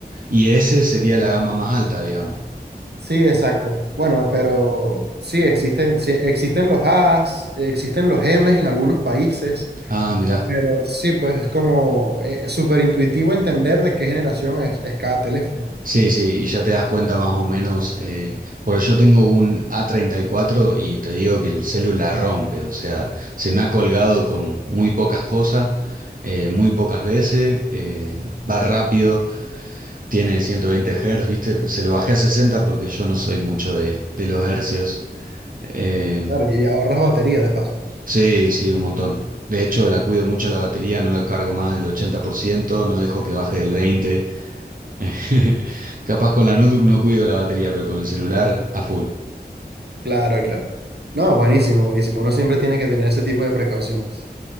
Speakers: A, on the right (about 55°); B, on the right (about 75°).
A: Y ese sería la gama más alta, digamos.
B: Sí, exacto. Bueno, pero sí, existen, sí, existen los As, eh, existen los Ms en algunos países.
A: Ah, mirá.
B: Pero sí, pues es como, eh, es súper intuitivo entender de qué generación es, es cada teléfono.
A: Sí, sí, y ya te das cuenta más o menos. eh, porque yo tengo un A34 y cuatro y te digo que el celular rompe, o sea, se me ha colgado con muy pocas cosas, eh, muy pocas veces, eh, va rápido, tiene 120 Hz, ¿viste? Se lo bajé a 60 porque yo no soy mucho de, de los hercios. Eh,
B: Claro, y ahorras batería de paso.
A: sí, sí, un montón. De hecho, la cuido mucho la batería, no la cargo más del 80%, no dejo que baje del veinte por ciento. <laughs> Capaz con la notebook no cuido la batería, pero con el celular a full.
B: Claro, claro. No, buenísimo, buenísimo. Uno siempre tiene que tener ese tipo de precauciones.